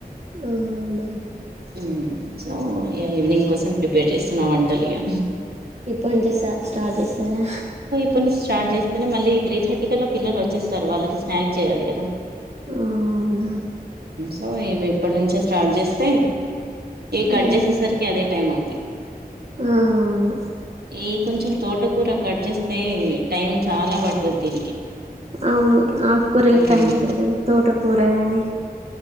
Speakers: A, on the right; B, on the right.
A: అవునా!
B: ఉమ్ సో ఇగ ఈవినింగ్ కోసం ప్రిపేర్ జేస్తున్నా, వంటలిగా
A: ఇప్పనుంచే సా స్టార్ట్ జేసారా?
B: ఇప్పనుంచే స్టార్ట్ జేస్తేనే, మళ్ళీ త్రీ థర్టీ కల్లా పిల్లలు వచ్చేస్తారు. వాళ్ళకి స్నాక్ చేయాలి గదా
A: అవునా!
B: సో ఇవి ఇప్పటి నుంచే స్టార్ట్ జేస్తే, ఇవి కట్
A: ఉహు.
B: జేసేసరికి అదే టైం అవుద్ది.
A: ఆ అవును
B: ఈ కొంచెం తోట కూర కట్ జేస్తే, టైం చాలా బడుతది దీనికి
A: అవును. ఆకూరలకు
B: మ్
A: టైం పడతది. తోట కూరగాని